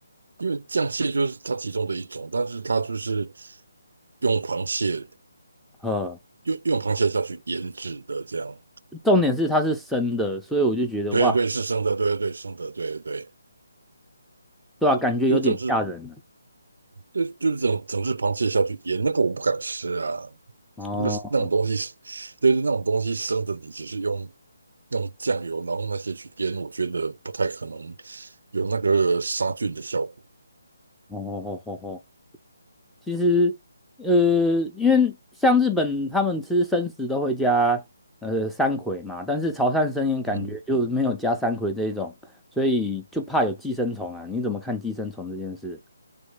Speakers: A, on the right; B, in the centre.
A: 因为酱蟹就是它其中的一种，但是它就是用螃蟹。
B: 呃，
A: 用用螃蟹下去腌制的，这样，
B: 重点是它是生的，所以我就觉得哇，
A: 对对对，是生的，对对对，生的，对对对，
B: 对啊，感觉有点吓人了。
A: 就整只，就就是整整只螃蟹下去腌，那个我不敢吃啊，
B: 哦
A: 那个那种东西，对对，那种东西生的，你只是用用酱油，然后那些去腌，我觉得不太可能有那个杀菌的效果。
B: 哦哦哦哦，哦其实呃，因为像日本他们吃生食都会加呃山葵嘛，但是潮汕生腌感觉就没有加山葵这一种，
A: 嗯，
B: 所以就怕有寄生虫啊。你怎么看寄生虫这件事？